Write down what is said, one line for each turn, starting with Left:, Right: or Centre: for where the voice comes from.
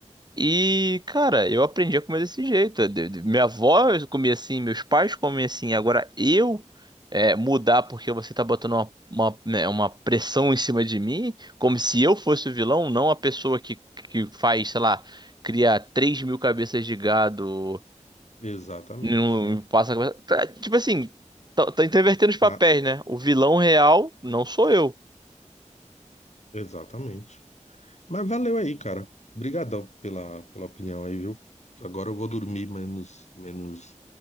Right: E, cara, eu aprendi a comer desse jeito. De- de- Minha avó comia assim, meus pais comem assim. Agora eu é, mudar porque você tá botando uma, uma, né, uma pressão em cima de mim, como se eu fosse o vilão, não a pessoa que, que faz, sei lá, cria 3 mil cabeças de gado,
Left: Exatamente,
Right: não
Left: é.
Right: passa. tá, Tipo assim, tá, tá intervertendo os papéis,
Left: Na-
Right: né? O vilão real não sou eu.
Left: Exatamente. Mas valeu aí, cara. Obrigadão pela, pela opinião aí, viu? Agora eu vou dormir menos, menos,